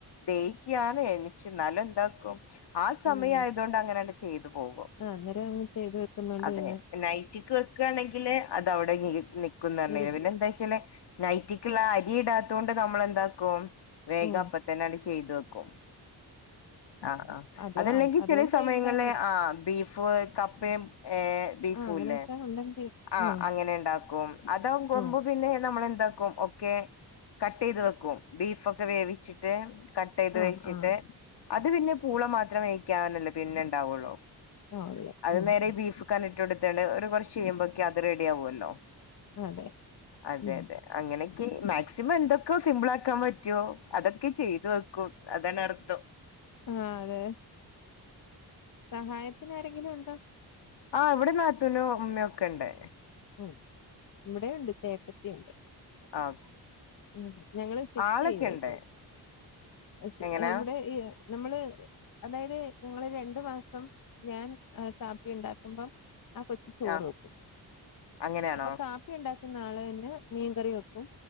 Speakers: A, on the left (about 85°); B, on the left (about 55°).
A: ദേഷ്യാണ് എനിക്ക്. ന്നാലും എന്താക്കും. ആഹ് സമയായതുകൊണ്ട്
B: ഉം
A: അങ്ങനെങ്ങട് ചെയ്തു പോകും.
B: ആഹ് അന്നെരം ചെയ്ത് വെക്കുന്നോണ്ട്
A: അതെ
B: പിന്നെ
A: നൈറ്റിക്ക് വെക്കാണെങ്കില് അതവിടെ നിക്കന്ന് പറഞ്
B: ഇരിക്കും
A: പിന്നെ എന്താ വെച്ചെല് നൈറ്റിക്ക്ള്ള അരി ഇടാതൊണ്ട് നമ്മളെന്താക്കും വേഗം
B: ഉം
A: അപ്പ തന്നെ അങ്ങട് ചെയ്തു വെക്കും. ആഹ് അഹ്
B: അത്
A: അതല്ലെങ്കി
B: അതുകൊണ്ടാ
A: ചില സമയങ്ങളില്
B: ഇവിടെ
A: ആഹ് ബീഫ് കപ്പേം ഏഹ് ബീഫുംല്ലേ
B: ആഹ് അങ്ങനെയൊക്കെ ഉണ്ടെങ്കിൽ
A: ആഹ്
B: ഉം
A: അങ്ങനെ ണ്ടാക്കും. അതാവ്
B: ഉം
A: പോ പിന്നെ നമ്മളെന്താക്കും ഒക്കെ കട്ടയ്ത് വെക്കും. ബീഫ ക്കെ വേവിച്ചിട്ട് കട്ട് ട്ടയ്തുവെച്ചിട്ട്
B: ആഹ് ആഹ്
A: അത് പിന്നെ പൂള മാത്രം വേവിക്കാവാനല്ലോ പിന്നെ ണ്ടാവുള്ളു.
B: ആ ഉള്ളു
A: അഹ്
B: ഉം
A: നേരെ
B: ഉം.
A: ബീഫ്ക്കാണ്ട് ട്ട് കൊടുത്തേണ്ട് ഒരു കുറച്ച് കയ്യുമ്പോക് അത് റെഡിയാവുമല്ലോ.
B: അതെ
A: അതെ
B: ഉം
A: തെ അങ്ങനെക്കെ മാക്സിമം എന്തൊക്കെ സിമ്പിൾ ആക്കാൻ പ റ്റോ അതൊക്കെ ചെയ്തു വെക്കും. അതന്നർത്ഥം.
B: ആഹ് അതെ സഹായത്തിന് ആരെങ്കിലും ണ്ടോ.
A: ആഹ് വിടെ നാതൂനും മ്മക്കെ ണ്ട്.
B: ഉം ഇവിടെ ഉണ്ട് ചേട്ടത്തി ഉണ്ട്.
A: ആഹ്
B: ഉം ഞങ്ങള് ഷിഫ്റ്റ്
A: ആളൊക്കെ
B: ചെയ്യേണ്ട്.
A: ഉണ്ട്
B: പ്പോ ക്ഷേ
A: എങ്ങനാ
B: ഇവിടെ ഇ നമ്മള് അതായത് ഞങ്ങള് രണ്ട് മാസം ഞാൻ കാപ്പി ണ്ടാക്കുമ്പം ആ കൊച്ച് ചോറ്
A: ആഹ്
B: വെക്കും.
A: അങ്ങനെയാണോ
B: അപ്പൊ കാപ്പി ണ്ടാക്കുന്ന ആള് തന്നെ മീൻകറി വെക്കും.